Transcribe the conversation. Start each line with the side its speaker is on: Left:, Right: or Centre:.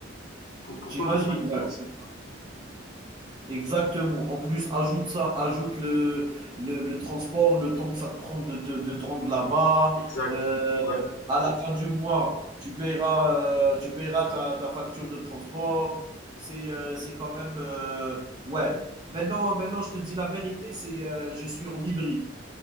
Left: pour, pour
Right: t'imagines,
Left: toi, t'es pas libre.
Right: ouais, c'est Exactement. En plus, ajoute ça, ajoute le, le, le transport, le temps que ça te prend de te de te rendre là-bas.
Left: Exact.
Right: Euh,
Left: Ouais,
Right: à la fin du mois, tu paieras, euh, tu paieras ta, ta facture de transport. C'est euh, c'est quand même. euh, ouais. Maintenant, maintenant, je te dis la vérité, c'est euh, je suis en hybride.